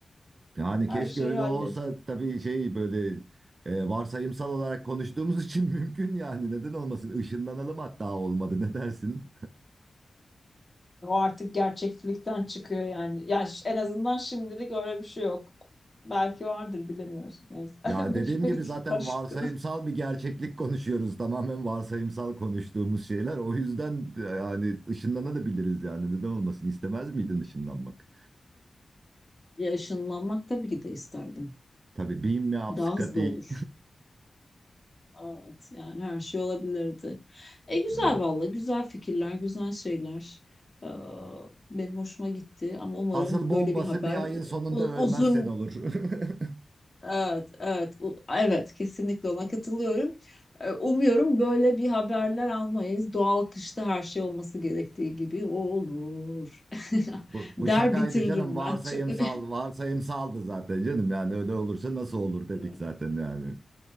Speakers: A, on the right; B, on the left.
A: Yani
B: her
A: keşke
B: şeyi
A: öyle
B: hallet.
A: olsa tabii şey böyle e, varsayımsal olarak konuştuğumuz için <laughs> mümkün yani neden olmasın? Işınlanalım hatta olmadı ne dersin?
B: O artık gerçeklikten çıkıyor yani. Yani ş- en azından şimdilik öyle bir şey yok. Belki vardır bilemiyorsun. Neyse.
A: Ya dediğim
B: <laughs>
A: gibi zaten
B: Karıştık.
A: varsayımsal bir gerçeklik konuşuyoruz. Tamamen varsayımsal konuştuğumuz şeyler. O yüzden yani ışınlanabiliriz yani neden olmasın? İstemez miydin ışınlanmak?
B: Ya ışınlanmak tabii ki de isterdim.
A: Tabii beam me up
B: Daha
A: Scotty.
B: hızlı olur. Evet, yani her şey olabilirdi. E güzel
A: <laughs>
B: valla, güzel fikirler, güzel şeyler. Ee, benim hoşuma gitti ama umarım
A: Asıl bombası
B: böyle bir haber
A: bir ayın sonunda
B: u-
A: ölmezsen
B: uzun
A: olur. <laughs>
B: evet evet u- evet kesinlikle ona katılıyorum. Ee, umuyorum böyle bir haberler almayız. Doğal kışta her şey olması gerektiği gibi olur. <laughs>
A: Bu, bu
B: Der
A: şakaydı
B: bitiririm
A: canım. Varsayımsal,
B: ben çünkü.
A: varsayımsaldı zaten canım. Yani öyle olursa nasıl olur dedik
B: <laughs>
A: zaten yani.